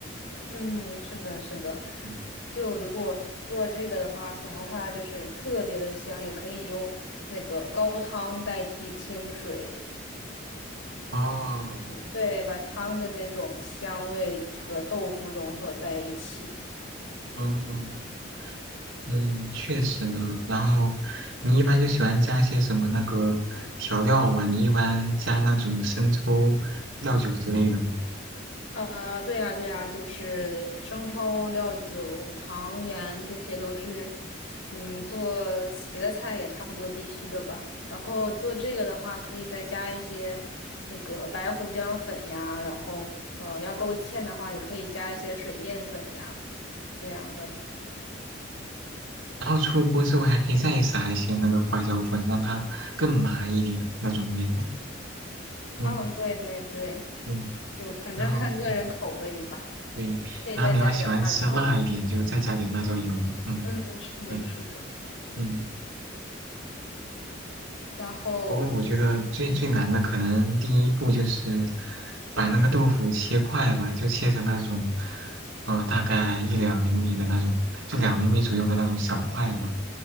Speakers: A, on the left; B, on the right.
A: 嗯，是的，是的。
B: 嗯
A: 就如果做这个的话，想要它就是特别的香，也可以用那个高汤代替清水，
B: 哦，
A: 对，把汤的那种香味和豆腐融合在一起。
B: 嗯嗯，确实呢。然后你一般就喜欢加些什么那个调料啊？你一般加那种生抽、料酒之类的吗？
A: 呃，对呀，对呀，就是生抽、料酒、糖盐，这些都是，嗯，做别的菜也差不多必须的吧。然后做这个的话，可以再加一些那个白胡椒粉呀，然后呃，要勾芡的话，也可以加一些水淀粉呀，这样的。
B: 然后出锅之后还可以再撒一些那个花椒粉，让它更麻一点那种味道。嗯
A: 嗯，对对对，
B: 嗯，
A: 就反正看个人口味吧，
B: 然后对对，
A: 可以再加点辣椒。
B: 然后你要喜欢吃辣一点，就再加点辣椒油。嗯
A: 嗯，是的，
B: 对
A: 是的。
B: 嗯，
A: 然后
B: 不过我觉得最最难的可能第一步就是把那个豆腐切块吧，就切成那种嗯、呃大概一两厘米的那种，就两厘米左右的那种小块吧。